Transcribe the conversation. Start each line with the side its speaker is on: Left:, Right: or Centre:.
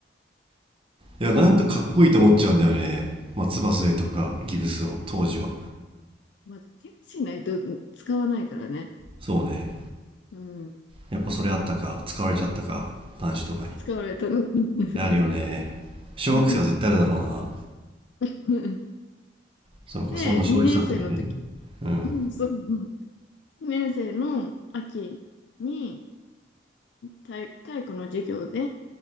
Right: や、なんかかっこいいと思っちゃうんだよね。松葉杖とかギブスを、当時は。
Left: まあ、チェックしないと使わないからね。
Right: そうね。
Left: うん、
Right: やっぱそれあったか、使われちゃったか、男子とかに。
Left: 使われたの。<laughs>
Right: あるよね。小学生は絶対あるだろうな。
Left: うん、<laughs> うん
Right: そうか、
Left: で、
Right: そんな小一だったらね。
Left: 2年生の時、
Right: うん。
Left: うん、そう、2年生の秋に体、体育の授業で、